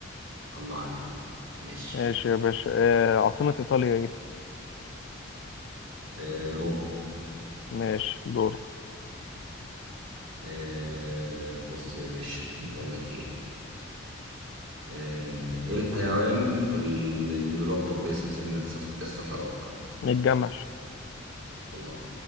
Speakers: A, on the right; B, on the left.
A: الله عليك ماشي
B: ماشي يا باشا آه عاصمة ايطاليا ايه
A: آه روم
B: ماشي دورك
A: آه بص يا باشا نقول لك ايه آه ايه الحيوان اللي بيلقب باسم سفينة الصح- الصحراء
B: الجمل
A: الله